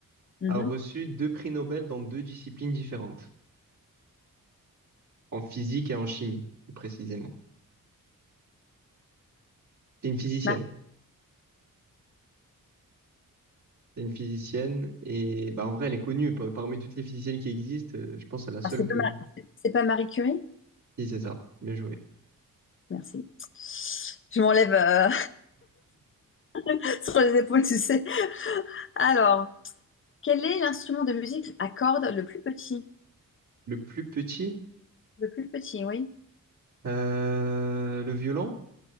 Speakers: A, on the left; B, on the right.
A: Mhm.
B: a reçu deux prix Nobel dans deux disciplines différentes, en physique et en chimie, plus précisément. C'est une physicienne.
A: Ma-
B: C'est une physicienne et bah en vrai elle est connue par- parmi toutes les physiciennes qui existent. euh, je pense à la seule
A: ah, c'est
B: que.
A: pas, Ma- c'est- c'est pas Marie Curie?
B: Si c'est ça, bien joué.
A: Merci. Je m'enlève euh, <laughs> sur les épaules, tu sais. Alors, quel est l'instrument de musique à cordes le plus petit?
B: Le plus petit,
A: Le plus petit, oui,
B: euh, le violon.